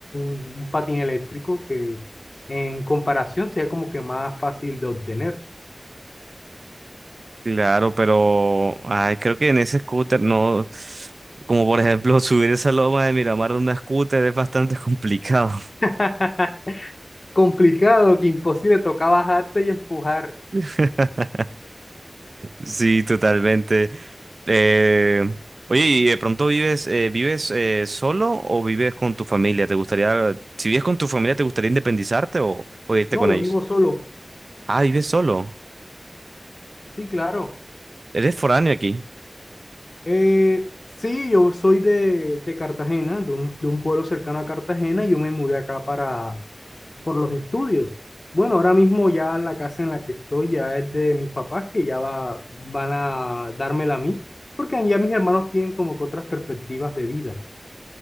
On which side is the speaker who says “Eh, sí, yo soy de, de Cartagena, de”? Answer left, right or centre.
Left